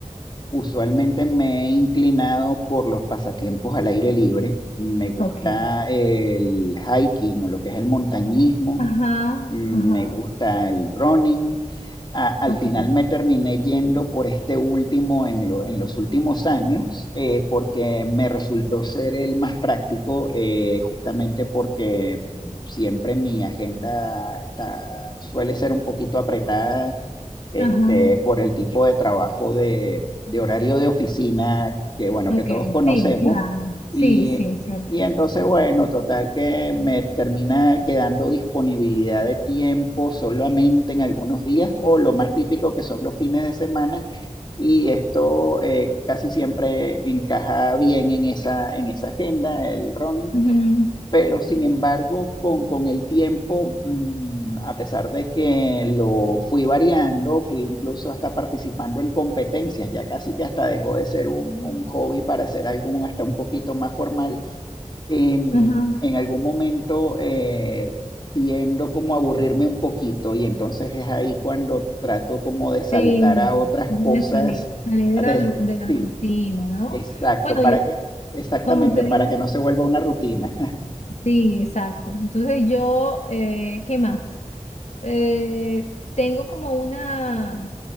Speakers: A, on the left; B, on the left.
A: usualmente me he inclinado por los pasatiempos al aire libre. Me gusta
B: Ok.
A: el hiking o lo que es el montañismo.
B: Ajá,
A: Mm,
B: ajá,
A: Me gusta el running a- al
B: ok.
A: final me terminé yendo por este último en, lo- en los últimos años, eh, porque me resultó ser el más práctico, eh, justamente porque siempre mi agenda está, suele ser un poquito apretada este,
B: Ajá,
A: por el tipo de trabajo de, de horario de oficina que, bueno,
B: ok.
A: que todos conocemos.
B: Sí, claro. Sí,
A: Y,
B: sí, cierto.
A: y entonces, bueno, total que me termina quedando disponibilidad de tiempo solamente en algunos días o lo más típico que son los fines de semana. Y esto eh, casi siempre encaja bien en esa, en esa agenda, el running
B: Ujú,
A: pero sin embargo, con, con el tiempo, mm, a pesar de que lo fui variando, fui incluso hasta participando en competencias, ya casi que hasta dejó de ser un, un hobby para ser algo un- hasta un poquito más formal, em,
B: Ajá.
A: en algún momento eh, tiendo como a aburrirme un poquito y entonces es ahí cuando trato como de saltar
B: Sí,
A: a otras
B: una
A: cosas.
B: vez salí, salí de
A: a
B: la,
A: des-
B: ru- de la
A: sí,
B: rutina, ¿no?
A: exacto,
B: Bueno,
A: para
B: yo,
A: que, exactamente,
B: como te
A: para
B: dije,
A: que no se vuelva una rutina.
B: sí, exacto. Entonces yo, eh, ¿qué más? Eh, tengo como una,